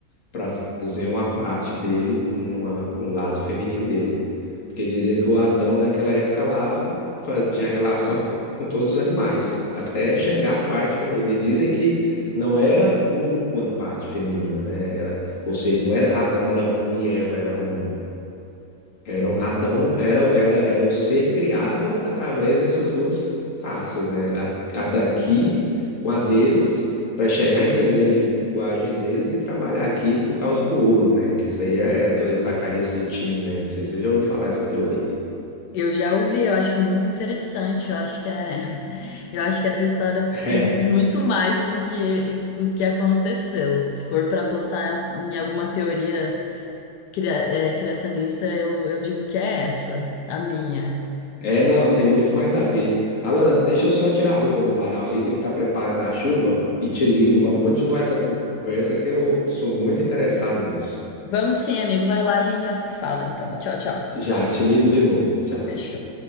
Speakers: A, on the left (about 55°); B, on the left (about 85°).
A: para fazer uma parte dele, uma- um lado feminino dele Porque dizia que o Adão, naquela época lá, fa- tinha relação com todos os animais, até chegar à parte feminina. E dizem que não era uma parte feminina, né? Era, ou seja, não era Adão era um e Eva era uma. Eram, Adão era, era, era o ser criado através dessas duas raças, né? A, a daqui com a deles, para chegar a entender a linguagem deles e trabalhar aqui por causa do ouro, né? Que isso aí é do Zacarias Sitchin, né? Não sei se você já ouviu falar essa teoria aí.
B: Eu já ouvi, eu acho muito interessante, eu acho que é, <laughs> eu acho que essa história
A: É,
B: conta muito mais com o que, com o que aconteceu. Se for para apostar em alguma teoria cria- é, criacionista, eu, eu digo que é essa, a minha.
A: é, não, tem muito mais a ver. Alana, deixa eu só tirar a roupa do varal ali, que tá preparando a chuva, e te ligo. Vamos continuar essa conversa, que eu sou muito interessado nisso.
B: Vamos sim, amigo, vai lá, a gente já se fala então. Tchau, tchau.
A: Já, te ligo de novo. Tchau.
B: Fechou.